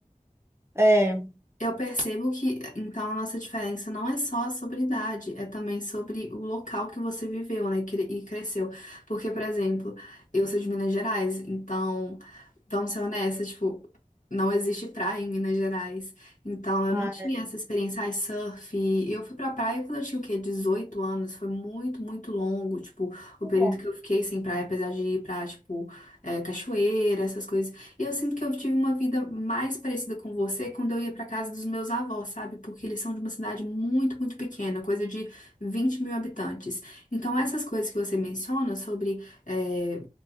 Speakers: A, on the right; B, on the left.
A: É,
B: Eu percebo que então a nossa diferença não é só sobre idade, é também sobre o local que você viveu, né, cre- e cresceu. Porque, por exemplo, eu sou de Minas Gerais, então vamos ser honestas, tipo, não existe praia em Minas Gerais. Então eu
A: ah,
B: não tinha
A: é
B: essa experiência, ai, surf. Eu fui pra praia quando eu tinha o quê? 18 anos, foi muito, muito longo, tipo, o período
A: bom.
B: que eu fiquei sem praia, apesar de ir pra, tipo, eh, cachoeira, essas coisas e Eu sinto que eu tive uma vida mais parecida com você quando eu ia pra casa dos meus avós, sabe? Porque eles são de uma cidade muito, muito pequena, coisa de 20 mil habitantes. Então, essas coisas que você menciona sobre eh,